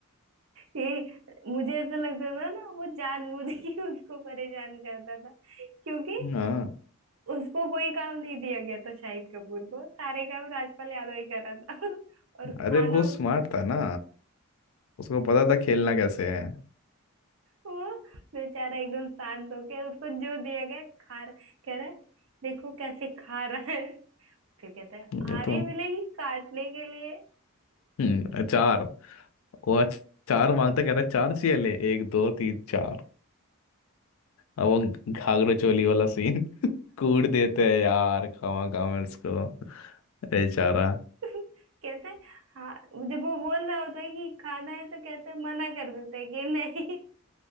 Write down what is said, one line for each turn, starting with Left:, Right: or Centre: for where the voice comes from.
Right: ये मुझे ऐसा लगता था ना वो जानबूझ के उसको परेशान करता था क्योंकि
Left: हाँ
Right: उसको कोई काम नहीं दिया गया था शाहिद कपूर को सारे काम राजपाल यादव ही कर रहा था और, और
Left: अरे
Right: खाना
Left: वो स्मार्ट
Right: उस...
Left: था ना उसको पता था खेलना कैसे है
Right: वो बेचारा एकदम शांत होके उसको जो दिया गया खा रहा कह रहा है देखो कैसे खा रहा है फिर कहता है
Left: ये
Right: आरी
Left: तो
Right: मिलेगी काटने के लिए
Left: हम्म चार वो चार मांगता कह रहा है, चार चाहिए ले एक दो तीन चार अब वो घाघरा चोली वाला सीन <laughs> कूट देते हैं यार खावा खावा इसको अरे चारा
Right: कहते हैं, हाँ जब वो बोल रहा होता है कि खाना है तो कहते हैं, मना कर देते हैं कि नहीं